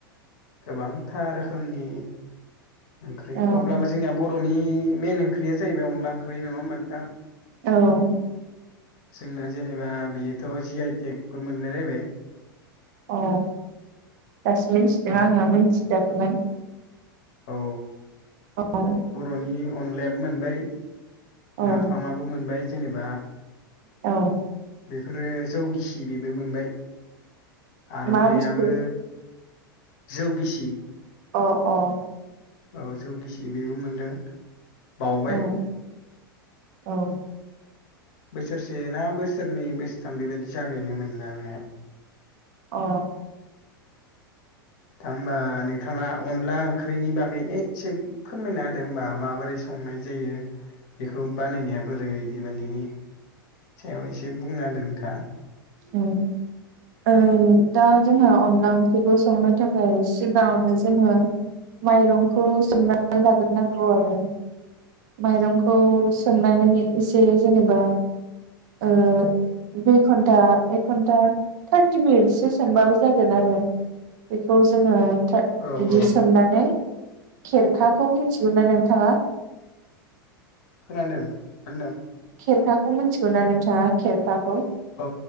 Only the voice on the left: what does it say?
गोबांथा रोखोमनि ओंख्रि
अब्लाबो जोंनिया बर' बर'नि मेन ओंख्रिया जाहैबाय अनला ओंख्रि नङा होमबा नोंथां
जोंना जेनेबा बेयोथ' जि आइ टेकबो मोनलाय लायबाय
औ
औ
बर'नि अनलायाबो मोनबाय
नाफामाबो मोनबाय जेनेबा
बेफोरो जौ गिसि बेबो मोनबाय आर'नाइयाबो
जौ गिसि
औ जौ गिसि बेबो मोनदों बावबाय
बोसोरसे ना बोसोरनै बोसोरथाम बेबायदि जाबायानो मोनलांनाया
दा होमबा नोंथाङा अनला ओंख्रिनि बागै एसे फोरमायना होदों होमबा माबोरै संनाय जायो बेखौ बानायनाया बोरै बेबायदिनि सायाव एसे बुंना होदो नोंथाङा
औ
औ
खोनादों होनदों
औ